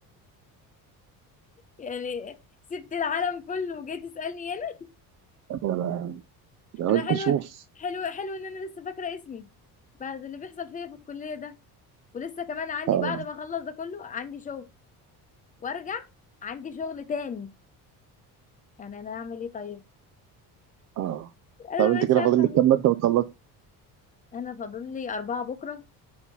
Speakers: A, on the left; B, on the right.
A: يعني سبت العالم كله وجاي تسألني انا
B: انا أنا
A: انا
B: قلت
A: حلوة
B: اشوف
A: حلوة حلوة ان انا لسه فاكرة اسمي بعد اللي بيحصل فيا في الكلية ده ولسه كمان عندي
B: اه
A: بعد ما اخلص ده كله عندي شغل وارجع عندي شغل تاني يعني انا اعمل ايه طيب
B: اه
A: انا
B: طب
A: ما
B: انت
A: بقتش
B: كده
A: عارفة
B: فاضل
A: اعمل
B: لك كام
A: ايه
B: ماده وتخلص؟
A: انا فاضل لي اربعة بكرة